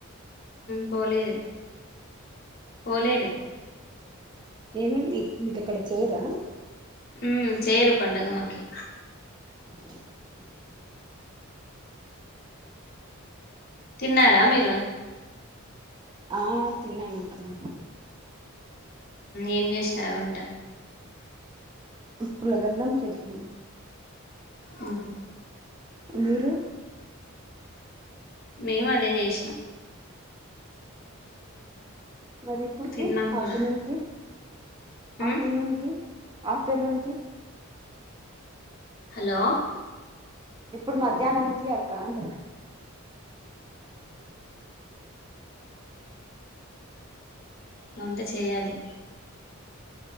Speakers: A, on the left; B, on the right.
A: పోలేదు పోలేదు
B: ఎమీ మీకు అక్కడ చేయరా?
A: మ్ చేయరు పండగ మాకి
B: <inaudible>
A: తిన్నారా మీరు?
B: ఆ తిన్నాను అక్కా
A: ఏం చేసినావు వంట.
B: పులగన్నం చెట్ని
A: మ్ హు
B: మీరు
A: మేము అదే చేసినాం.
B: మరి ఇప్పుడుకి
A: తిన్నాం
B: ఆఫ్టర్నూన్కి
A: కూడా ఉమ్
B: ఆఫ్టర్నూన్ కి ఆఫ్టర్నూన్ కి
A: హలో
B: ఇప్పుడు మధ్యాహ్నానికి అక్క అంట
A: వంట చేయాలి